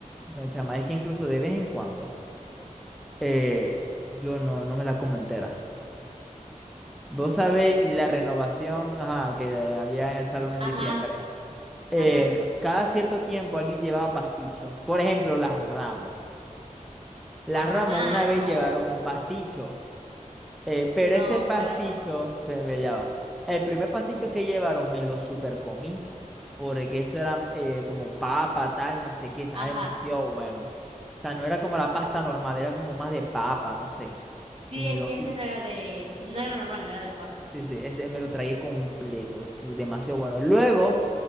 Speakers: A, in the centre; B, on the right (about 45°).
A: No, chama. Es que incluso de vez en cuando, eh, yo no, no me la como entera. Vos
B: En serio.
A: sabés la renovación, ajá, que había en el salón en
B: Ajá,
A: diciembre. Eh,
B: ajá.
A: cada cierto tiempo alguien llevaba pasticho. Por ejemplo, las Ramos. Las
B: Ajá,
A: Ramos
B: ah,
A: una vez
B: no,
A: llevaron un pasticho. Eh, pero
B: no,
A: ese pasticho,
B: pero,
A: pero me ya va. El primer pasticho
B: mm,
A: que llevaron me lo super comí, porque eso era eh, como papa, tal, no sé qué, estaba
B: ajá,
A: demasiado bueno. O sea, no era como la pasta normal, era como más de papa, no sé.
B: sí,
A: Y me
B: es
A: lo,
B: que ese
A: y,
B: no era de, no era normal, no era de pasta, así
A: sí, sí,
B: pues.
A: ese me lo tragué completo, es demasiado bueno. Luego,